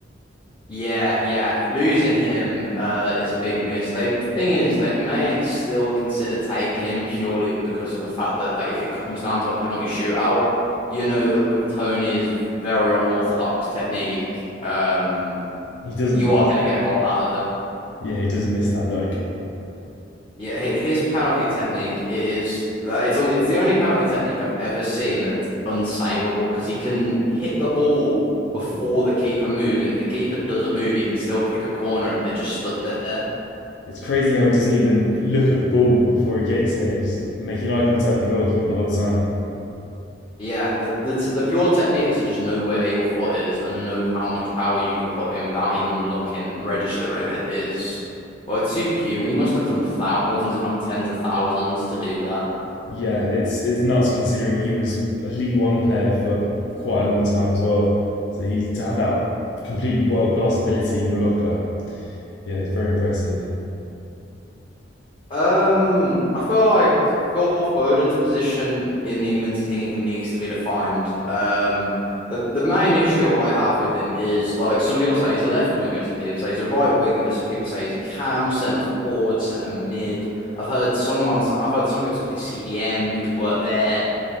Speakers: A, on the left; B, on the left.
A: Yeah, yeah, losing him uh is a big miss. They thing is, they may still consider taking him purely because of the fact that like if it comes down to a penalty shootout, you know that with Tony's very unorthodox technique, um,
B: He doesn't
A: you are going to get a goal out of him.
B: yeah he doesn't miss that bloke.
A: Yeah, hi- his penalty technique is like, it's on it's the only penalty technique I've ever seen that's unsavable because he can hit the ball before the keeper moves, and if the keeper doesn't move, he can still pick a corner, and they're just stood there.
B: It's crazy how he doesn't even look at the ball before he kicks it. He's making eye contact with the goalkeeper the whole time.
A: Yeah, the the t the pure techniques are just know where your foot is and know how much power you can put in without even looking, registering it is well, it's superhuman. He must have done thousands, if not tens of thousands, to do that.
B: Yeah, it's it's nuts considering he was a League One player for quite a long time as well. So he to have that completely world class ability in your locker, yeah, it's very impressive.
A: Um, I feel like Phil Foden's position in the England team needs to be defined. Um, the the main issue I have with him is like some people say he's a left winger, some people say he's a right winger, some people say he's a cam, centre forward, centre mid. I've heard someone, s- I've heard some people say CDM, he could work there,